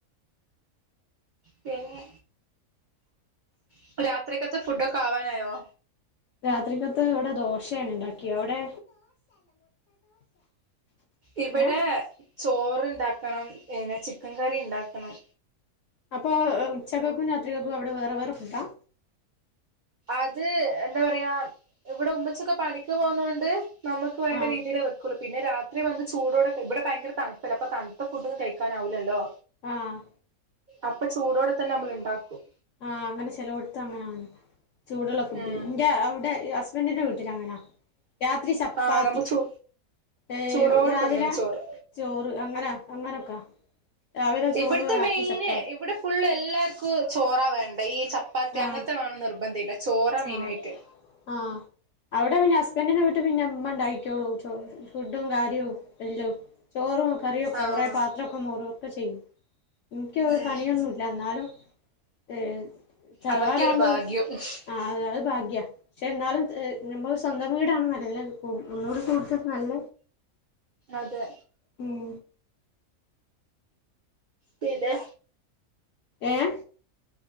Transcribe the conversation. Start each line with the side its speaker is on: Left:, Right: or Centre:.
Right: പിന്നെ ഇപ്പൊ രാത്രിക്കത്തെ ഫുഡൊക്കെ ആവാനായോ
Left: രാത്രിക്കത്ത് ഇവിടെ ദോശയാണ് ഇണ്ടാക്കിയെ അവിടെ
Right: ഇവിടെ
Left: ഏഹ്
Right: ചോറ് ഇണ്ടാക്കണം, പിന്നെ ചിക്കൻ കറി ഇണ്ടാക്കണം.
Left: അപ്പോ ഏഹ് ഉച്ചക്കക്കും രാത്രിക്കക്കും അവടെ വേറെ വേറെ ഫുഡാ?
Right: അത് എന്താ പറയാ ഇവടെ ഉമ്മച്ചിക്കെ പണിക്ക് പോവ്ന്നോണ്ട് നമ്മക്ക് വേണ്ട
Left: ആഹ്
Right: രീതിയിലെ വെക്കൊള്ളു. പിന്നെ രാത്രി വന്ന് ചൂടോടെ ക ഇവടെ ഭയങ്കര തണുപ്പല്ലേ അപ്പൊ തണുത്ത ഫുഡോന്നും കഴിക്കാനാവൂലല്ലോ?
Left: ആഹ്.
Right: അപ്പൊ ചൂടോടെ തന്നെ നമ്മള് ഇണ്ടാക്കും.
Left: ആഹ് അങ്ങനെ ചെലോട്ത്ത് അങ്ങനാണ്. ചൂട്ള്ള ഫുഡ്.
Right: ഉം
Left: ഇന്റെ അവിടെ ഈ ഹസ് ബന്റിന്റെ വീട്ടിലങ്ങനാ. രാത്രി ചപ്പാത്തി.
Right: ആ നമ്മ ചൂ
Left: ഏഹ്,
Right: ചൂടോടെ
Left: രാവിലെ
Right: തിന്നണം ചോറ്
Left: ചോറ് അങ്ങനാ അങ്ങനൊക്ക. രാവിലെ ചോറ്,
Right: ഇവിടുത്തെ
Left: രാത്രി
Right: മെയിന്
Left: ചപ്പാത്തി.
Right: ഇവിടെ ഫുള്ള് എല്ലാര്ക്കു ചോറാ വേണ്ടെ. ഈ ചപ്പാത്തി
Left: ആഹ്
Right: അങ്ങൻത്തെ വേണം നിർബന്ധല്ല. ചോറാ മെയിനായിട്ട്.
Left: ആഹ് ആഹ്, അവിടെ പിന്നെ ഹസ്ബന്റിന്റെ വീട്ട് പിന്നെ ഇമ്മ ഇണ്ടാക്കിക്കോളും ചോറ്. ഫുഡും കാര്യവും എല്ലോം. ചോറും കറിയൊക്കെ
Right: ആഹ്
Left: കൊറെ പാത്രൊക്കെ മോറും ഒക്കെ ചെയ്യും. ഇൻക്ക്
Right: ഉം
Left: പണിയൊന്നുല്ല. ഇന്നാലും ഏഹ് തറവാടാവുമ്പോ
Right: അതൊക്കെ ഒരു <inaudible>
Left: അഹ്, അഹ് ഭാഗ്യ. പക്ഷെ എന്നാലും ഏഹ് ഞമ്മള് സ്വന്തം വീടാണ് നല്ലത്. ഉം ഒന്നൂടെ ചോയിച്ചോക്ക് നല്ല
Right: അതെ.
Left: ഉം.
Right: പിന്നെ
Left: ഏഹ്.